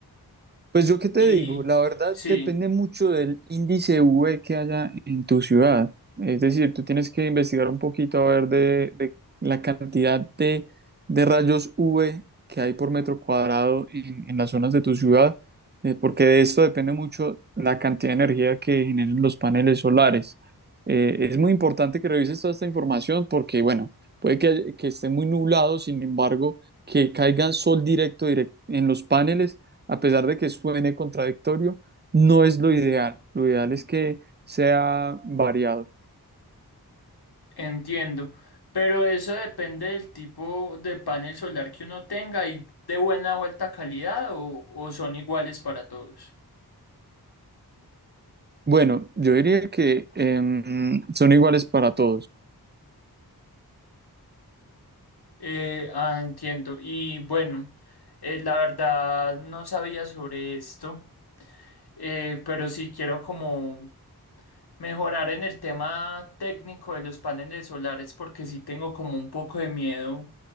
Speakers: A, on the right (about 25°); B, on the left (about 75°).
A: Pues yo qué te
B: Y
A: digo, la verdad
B: sí,
A: depende mucho del índice V que haya en tu ciudad. Es decir, tú tienes que investigar un poquito a ver de, de la cantidad de, de rayos V que hay por metro cuadrado en, en las zonas de tu ciudad, eh, porque de esto depende mucho la cantidad de energía que generen los paneles solares. Eh, es muy importante que revises toda esta información porque, bueno, puede que, que esté muy nublado, sin embargo, que caiga sol directo direct- en los paneles a pesar de que suene contradictorio, no es lo ideal. Lo ideal es que sea variado.
B: entiendo, pero eso depende del tipo de panel solar que uno tenga y de buena o alta calidad o, o son iguales para todos.
A: Bueno, yo diría que em, son iguales para todos.
B: Eh, ah, entiendo. Y bueno, eh, la verdad no sabía sobre esto, eh, pero sí quiero como mejorar en el tema técnico de los paneles solares porque sí tengo como un poco de miedo